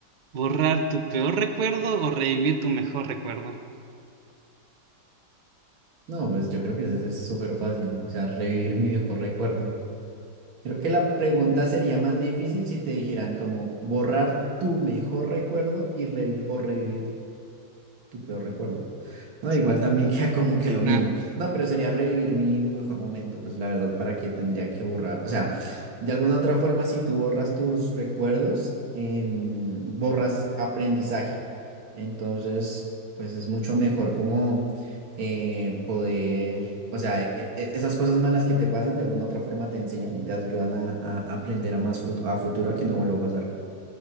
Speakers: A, on the right; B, on the right.
A: ¿borrar tu peor recuerdo o revivir tu mejor recuerdo?
B: No, pues yo creo que eso es súper fácil. O sea, revivir mi viejo recuerdo. Creo que la pregunta sería más difícil si te dijeran como borrar tu mejor recuerdo y revi- o revivir tu peor recuerdo. No,
A: Sí.
B: igual también <laughs> queda como que lo mismo.
A: Ah,
B: No, pero sería revivir mi, mi mejor momento, pues la verdad, ¿para qué tendría que borrar? O sea, de alguna otra forma, si tú borras tus recuerdos, em, borras aprendizaje. Entonces, pues es mucho mejor como eh, poder, o sea, e- e- e, esas cosas malas que te pasan, de alguna otra forma te enseñan y te ayudan a, a aprender a más fut- a futuro a que no vuelva a pasar.